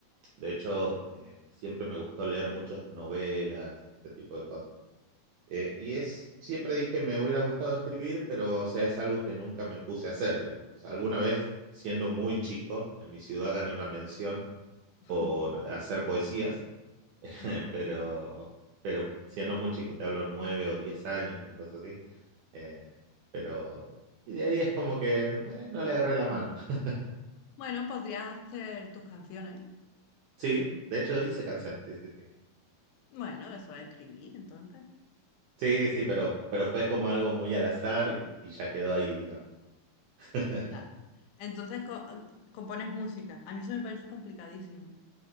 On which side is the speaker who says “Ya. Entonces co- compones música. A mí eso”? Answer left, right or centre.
Left